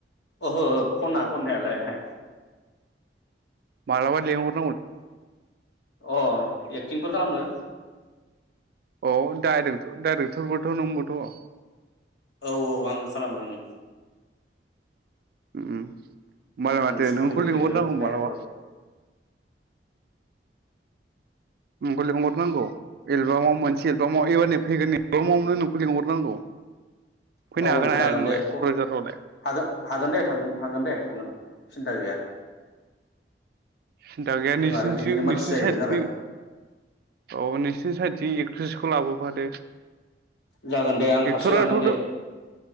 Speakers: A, on the left (about 70°); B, on the right (about 60°).
A: ओहो खना खननायालाय। <inaudible>
B: मालाबा लेंहर
A: अ एक्टिंफोर खालामनो।
B: औ डाइरेकथ' डाइरेक्टरबोथ' नोंबोथ'
A: औ औ आंनो खालामो ओं।
B: ओम होमबालाय
A: आंनो
B: माथो
A: स्ट'रिबो
B: नोंखौ लिंहरनांगौ
A: लिरो डाइरेक्टर
B: मालाबा। नोंखौ लिंहरनांगौ एलबामाव मोनसे एलबाम एबारनि फैगोननि एलबामावनो नोंखौ लिंहरनांगौ। फैनो
A: औ
B: हागोन हाया
A: जागोन
B: नोंलाय
A: दे फर
B: क'क्राझारावलाय
A: हागोन हागोन दे थांगोन दे थांगोन। सिन्था गैया।
B: सिन्था गैया
A: जों
B: नोंसिनिथिं
A: आरो बेनिनो
B: नोंसिनि
A: मानसि जाहैबाय
B: साइडथिं
A: नालाय
B: औ नोंसोरनि साइद जि एक्ट्रिसखौ लाबोफादो।
A: जागोन दे आं सासे
B: एक्टराथ'
A: लांगोन दे।